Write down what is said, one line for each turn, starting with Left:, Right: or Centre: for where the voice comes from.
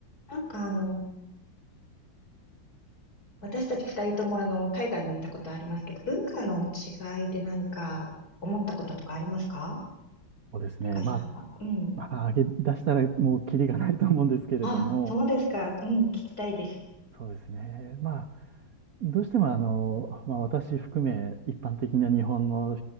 Left: なんかあの、私たち二人ともあの、海外に行ったことありますけど、文化の違いで何か思ったこととかありますか
Right: そうですね。
Left: 高橋さんは。
Right: まあ、
Left: うん。
Right: まあ、上げ出したらもうキリがないと思うんですけれども、
Left: あ、そうですか。うん、聞きたいです。
Right: そうですね。まあ、どうしてもあの、まあ、私含め一般的な日本の